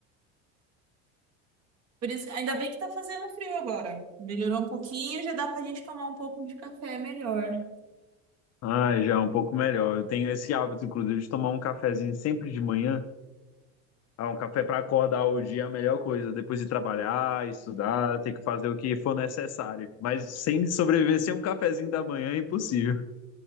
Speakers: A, on the right; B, on the left.
A: por isso, ainda bem que tá fazendo frio agora. Melhorou um pouquinho, já dá pra gente tomar um pouco de café melhor.
B: Ah, já é um pouco melhor. Eu tenho esse hábito, inclusive, de tomar um cafezinho sempre de manhã. Ah, um café para acordar o dia é a melhor coisa. Depois de trabalhar, estudar, ter que fazer o que for necessário. Mas sem sobreviver sem um cafezinho da manhã é impossível.